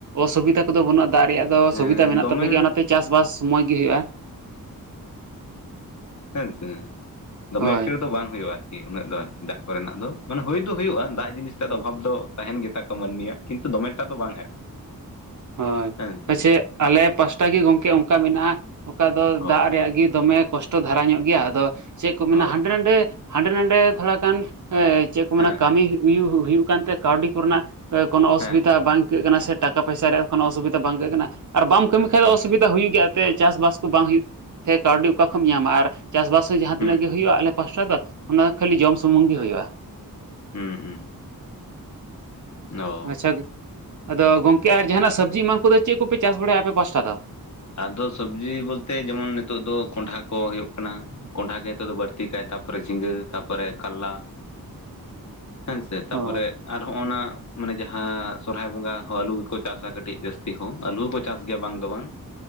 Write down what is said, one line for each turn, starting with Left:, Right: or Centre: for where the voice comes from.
Right: ᱚᱥᱩᱵᱤᱫᱟ ᱠᱚᱫᱚ ᱵᱟᱹᱱᱩᱜᱼᱟ ᱫᱟᱜ ᱨᱮᱭᱟᱜ ᱫᱚ
Left: ᱦᱮᱸ
Right: ᱥᱩᱵᱤᱫᱟ ᱢᱮᱱᱟᱜ
Left: ᱫᱚᱢᱮ
Right: ᱛᱟᱯᱮᱜ ᱜᱮᱭᱟ ᱚᱱᱟᱛᱮ ᱪᱟᱥᱵᱟᱥ ᱢᱚᱡᱽ ᱜᱮ ᱦᱩᱭᱩᱜᱼᱟ᱾
Left: ᱦᱮᱸᱥᱮ ᱫᱚᱢᱮ
Right: ᱦᱳᱭ
Left: ᱮᱴᱠᱮᱴᱮ ᱫᱚ ᱵᱟᱝ ᱦᱩᱭᱩᱜᱼᱟ᱾ ᱠᱤ ᱟᱨᱤ ᱩᱱᱟᱹᱜ ᱫᱚ ᱟᱨᱠᱤ ᱫᱟᱜ ᱠᱚᱨᱮᱱᱟᱜ ᱫᱚ ᱢᱟᱱᱮ ᱦᱩᱭ ᱫᱚ ᱦᱩᱭᱩᱜᱼᱟ ᱫᱟᱜ ᱡᱤᱱᱤᱥᱴ ᱫᱚ ᱚᱵᱷᱟᱵᱽ ᱫᱚ ᱛᱟᱦᱮᱱ ᱜᱮᱛᱟ ᱠᱚᱣᱟ ᱢᱟᱹᱱᱢᱤᱭᱟᱜ᱾ ᱠᱤᱱᱛᱩ ᱫᱚᱢᱮᱴᱟᱜ ᱫᱚ ᱵᱟᱝ ᱟᱨᱠᱤ
Right: ᱦᱳᱭ
Left: ᱦᱮᱸ ᱥᱮ
Right: ᱯᱟᱪᱮᱫ ᱟᱞᱮ ᱯᱟᱥᱴᱟ ᱜᱮ ᱜᱚᱢᱠᱮ ᱚᱱᱠᱟ ᱢᱮᱱᱟᱜᱼᱟ᱾ ᱚᱠᱟ ᱫᱚ
Left: ᱚ
Right: ᱫᱟᱜ ᱨᱮᱭᱟᱜ ᱜᱮ ᱫᱚᱢᱮ ᱠᱚᱥᱴᱚ ᱫᱷᱟᱨᱟ ᱧᱚᱜ ᱜᱮᱭᱟ, ᱟᱫᱚ ᱪᱮᱫ ᱠᱚ ᱢᱮᱱᱟ
Left: ᱚ
Right: ᱦᱟᱸᱰᱮ ᱱᱷᱟᱰᱮ ᱦᱟᱸᱰᱮ ᱱᱟᱰᱮ ᱛᱷᱚᱲ ᱜᱟᱱ ᱪᱮᱫ ᱠᱚ
Left: ᱦᱮᱸ
Right: ᱢᱮᱱᱟ ᱠᱟᱹᱢᱤ
Left: ᱦᱮᱸ
Right: ᱦᱩᱭᱩ ᱩᱭᱩᱜ ᱠᱟᱱᱛᱮ ᱠᱟᱹᱣᱰᱤ ᱠᱚᱨᱮᱱᱟᱜ ᱠᱚᱱᱳ ᱚᱥᱩᱵᱤᱫᱟ
Left: ᱦᱮᱸ ᱦᱮᱸ
Right: ᱵᱟᱝ ᱟᱹᱭᱠᱟᱹᱜ ᱠᱟᱱᱟ ᱥᱮ ᱴᱟᱠᱟ ᱯᱚᱭᱥᱟ ᱨᱮᱭᱟᱜ ᱠᱳᱱᱳ ᱚᱥᱩᱵᱤᱫᱟ ᱵᱟᱝ ᱜᱮ ᱠᱟᱱᱟ ᱟᱨ ᱵᱟᱢ ᱠᱟᱹᱢᱤ
Left: ᱟᱪᱪᱷᱟ
Right: ᱠᱷᱟᱡ ᱫᱚ
Left: ᱟᱪᱪᱷᱟ
Right: ᱚᱥᱩᱵᱤᱫᱟ ᱦᱩᱭᱩᱜ ᱜᱮᱭᱟ᱾ ᱛᱮ ᱪᱟᱥᱵᱟᱥ ᱠᱚ ᱵᱟᱝ ᱦᱩᱭᱩᱜ ᱛᱮ ᱠᱟᱹᱣᱰᱤ ᱚᱠᱟ ᱠᱷᱚᱱ ᱧᱟᱢᱟ ᱟᱨ ᱪᱟᱥᱵᱟᱥ ᱦᱚᱸ ᱡᱟᱦᱟᱸ
Left: ᱦᱩᱸ
Right: ᱛᱤᱱᱟᱹᱜ ᱜᱮ ᱦᱩᱭᱩᱜᱼᱟ ᱟᱞᱮ ᱯᱟᱥᱴᱟ ᱫᱚ ᱚᱱᱟ ᱫᱚ ᱠᱷᱟᱹᱞᱤ ᱡᱚᱢ ᱥᱩᱢᱩᱝ ᱜᱮ ᱦᱩᱭᱩᱜᱼᱟ᱾
Left: ᱦᱩᱸ ᱦᱩᱸ ᱚ
Right: ᱟᱪᱪᱷᱟ ᱟᱫᱚ ᱜᱚᱢᱠᱮ ᱟᱨ ᱡᱟᱦᱟᱱᱟᱜ ᱥᱚᱵᱽᱡᱤ ᱮᱢᱟᱱ ᱠᱚᱫᱚ ᱪᱮᱫ ᱠᱚᱯᱮ ᱪᱟᱥ ᱵᱟᱲᱟᱭᱟ ᱟᱯᱮ ᱯᱟᱥᱴᱟ ᱫᱚ?
Left: ᱟᱫᱚ ᱥᱚᱵᱽᱡᱤ ᱵᱚᱞᱛᱮ ᱡᱮᱢᱚᱱ ᱱᱤᱛᱚᱜ ᱫᱚ ᱠᱚᱸᱰᱷᱟ ᱠᱚ ᱦᱩᱭᱩᱜ ᱠᱟᱱᱟ᱾ ᱠᱚᱸᱰᱷᱟ ᱜᱮ ᱱᱤᱛᱚᱜ ᱫᱚ ᱵᱟᱹᱲᱛᱤ ᱠᱷᱟᱭ ᱛᱟᱯᱚᱨ ᱡᱷᱤᱸᱜᱟᱹ ᱛᱟᱯᱚᱨ ᱠᱟᱞᱞᱟ,
Right: <inaudible>
Left: ᱦᱮᱸ ᱥᱮ ᱛᱟᱯᱚᱨᱮ
Right: ᱦᱳᱭ
Left: ᱟᱨ ᱦᱚᱸᱜᱼ ᱚᱱᱟ ᱢᱟᱱᱮ ᱡᱟᱦᱟᱸ ᱥᱚᱨᱦᱟᱭ ᱵᱚᱸᱜᱟ ᱦᱚᱸ ᱟᱹᱞᱩ ᱜᱮᱠᱚ ᱪᱟᱥᱟ ᱠᱟᱹᱴᱤᱡ ᱡᱟᱹᱥᱛᱤ ᱦᱚᱸ ᱟᱹᱞᱩ ᱦᱚᱸᱠᱚ ᱪᱟᱥ ᱜᱮᱭᱟ᱾ ᱵᱟᱝ ᱫᱚ ᱵᱟᱝ